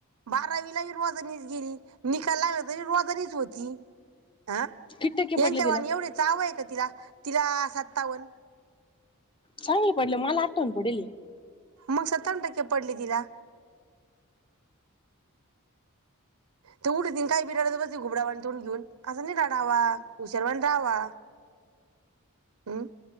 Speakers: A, on the right (about 80°); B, on the left (about 25°).
A: बारावीला रोजानीच गेली. निकाल लागला तरी रोजनीच होती. हं
B: किती टक्के
A: यांच्यावाणी
B: पडले तिला?
A: एवढे चावंय का तिला तिला सत्ताव्वन
B: चांगलं पडलं मला आठव्वन पडली.
A: मग सत्तावन टक्के पडले तिला ते उठतील काही बी रडत बसती घुबडावाण तोंड घेऊन असं नाही राडावा उशावानी रावा हम्